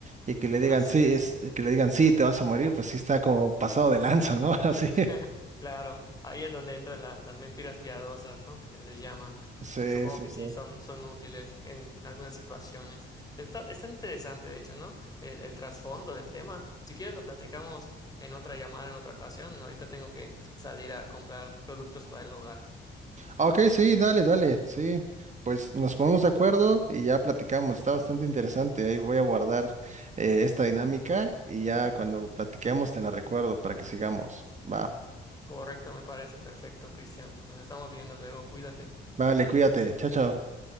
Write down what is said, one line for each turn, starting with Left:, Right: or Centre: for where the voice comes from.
Right: Y que le digan,
Left: Así
Right: sí,
Left: es.
Right: es, que le digan, sí, te vas a morir, pues sí está como pasado de lanza, ¿no? <laughs> Así.
Left: <laughs> Claro, ahí es donde entran la- las mentiras piadosas, ¿no? Que les llaman.
Right: Sí,
Left: Supongo
Right: sí,
Left: que
Right: sí.
Left: sí, son, son útiles en algunas situaciones. Está, está interesante, de hecho, ¿no? El, el trasfondo del tema. Si quieres, lo platicamos en otra llamada, en otra ocasión. Ahorita tengo que salir a comprar productos para el hogar.
Right: Ah, Ok, sí, dale, dale, sí. Pues nos ponemos de acuerdo y ya platicamos. Está bastante interesante. Ahí voy a guardar eh, esta dinámica y ya cuando platiquemos te la recuerdo para que sigamos. Va,
Left: Correcto, me parece perfecto, Cristian. Nos estamos viendo luego. Cuídate.
Right: vale, cuídate. Chao, chao.